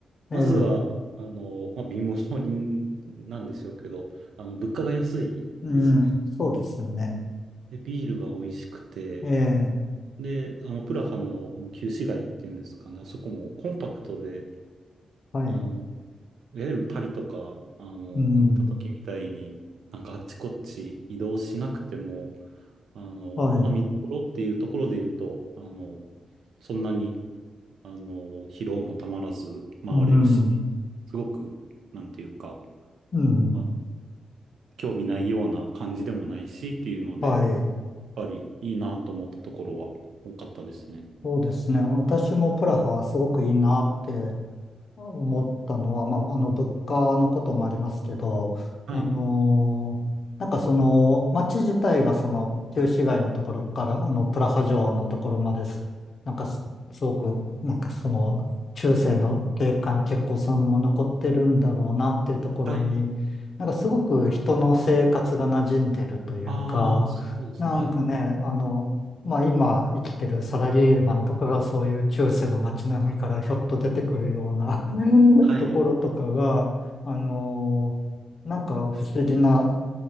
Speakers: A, on the left; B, on the right.
A: ええ、
B: まずは、あの、まあ、貧乏人なんでしょうけど、あの、物価が安いですね。
A: うん、そうですよね。
B: で、ビールが美味しくて、
A: ええ、
B: で、あの、プラハの、あの旧市街っていうんですかね、あそこもコンパクトで、
A: はい。
B: あの、いわゆるパリとか、あの、
A: うん、
B: 行った時みたいに、なんかあっちこっち移動しなくても、あの、
A: はい。
B: まあ、見どころっていうところで言うと、あの、そんなに、あの、疲労もたまらず回れるし、
A: うん、
B: すごく、なんていうか、
A: うん、
B: あ興味ないような感じでもないしっていうので、
A: はい。
B: やっぱりいいなと思ったところは多かったですね。
A: そうですね。私もプラハすごくいいなって思ったのは、まあ、あの、物価のこともありますけど、
B: はい、
A: あのーなんかその、街自体がその、旧市街のところから、あの、プラハ城のところまです。なんかす、すごく、なんかその、中世の景観結構そのまま残ってるんだろうなっていうところに、
B: はい。
A: なんかすごく人の生活が馴染んでるというか、
B: ああ、そうですね。
A: なんかね、
B: はい。
A: あの、まあ今生きてるサラリーマンとかがそういう中世の街並みからひょっと出てくるような <laughs>
B: はい。
A: ところとかが、あのーなんか不思議な